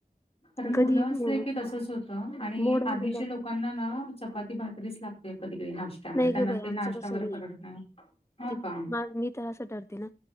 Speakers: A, on the left; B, on the left.
A: कारण मुलं
B: कधी म्हणून
A: असले की तसच होत आणि
B: मोड आलेलं
A: आधीचे लोकांना ना चपाती भाकरीच लाग लागते कधी कधी त्यांना ते नाष्टा म
B: नाही
A: त्यांना
B: ग बाई
A: ते
B: आमचं
A: नाष्टा
B: तसं
A: वगैर परवडत नाही. हा
B: ते
A: का
B: मी तर असं ठरते ना